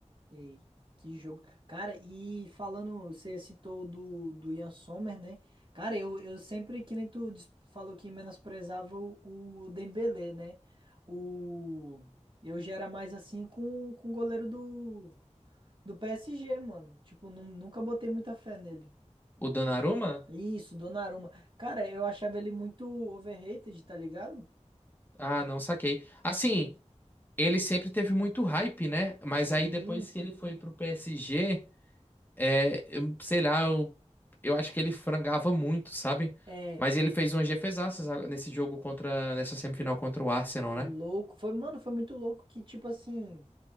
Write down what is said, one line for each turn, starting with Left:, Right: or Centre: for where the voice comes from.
Right: ei, que jogo. Cara, e falando, você citou o do, do Ian Sommer, né? Cara, eu, eu sempre, que nem tu dis- falou que menosprezava o, o Dembélé, né? O. Eu já era mais assim com, com o goleiro do. Do PSG, mano. Tipo, nu- nunca botei muita fé nele.
Left: O Donnarumma?
Right: Isso, Donnarumma. Cara, eu achava ele muito overrated, tá ligado?
Left: Ah, não saquei. Assim, ele sempre teve muito hype, né? Mas
Right: Sim,
Left: aí depois que ele foi pro PSG, é, eu- sei lá, eu, eu acho que ele frangava muito, sabe?
Right: é
Left: Mas ele fez umas defesaças nesse jogo contra, nessa semifinal contra o Arsenal,
Right: louco.
Left: né?
Right: Foi, mano, foi muito louco que, tipo assim,